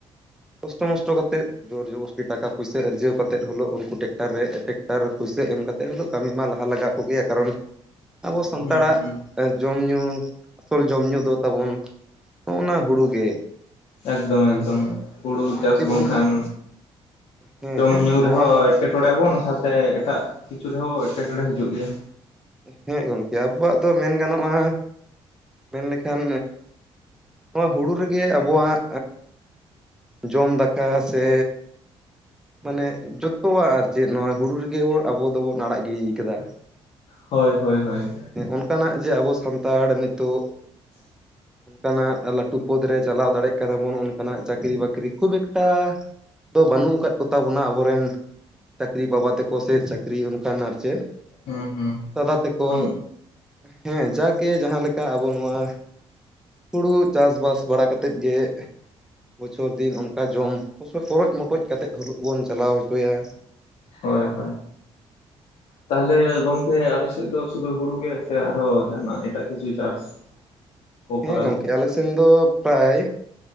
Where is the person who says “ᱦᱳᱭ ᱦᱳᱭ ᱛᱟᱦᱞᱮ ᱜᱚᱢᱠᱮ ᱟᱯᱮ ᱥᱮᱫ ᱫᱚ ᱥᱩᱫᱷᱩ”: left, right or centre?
Left